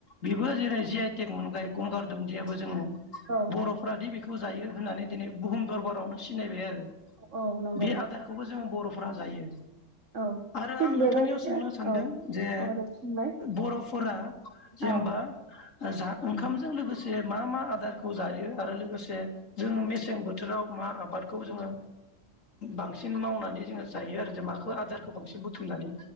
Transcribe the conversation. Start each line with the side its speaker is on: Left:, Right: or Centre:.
Left: बेबो जेरै जि आइ टेग मोनबाय गंगार दुन्दियाबो जोङो
Right: औ
Left: बर'फोरादि बेखौ जायो होननानै दिनै बुहुम दरबारावनो सिनायबाय आरो। बे
Right: औ नंगौ
Left: आदारखौबो जोङो बर'फोरा जायो।
Right: औ
Left: आरो
Right: थिग
Left: आं नोंथांनियाव
Right: बेबायदिनो
Left: सोंनो सानदों जे
Right: <unintelligible>
Left: बर'फोरा जेनेबा
Right: औ
Left: जा
Right: औ
Left: ओंखामजों लोगोसे मा मा मा आदारखौ जायो आरो लोगोसे जों मेसें बोथोराव मा आबादखौ जोङो बांसिन मावनानै जोङो जायो आरो जों माखौ आदारखौ बांसिन बुथुमनानै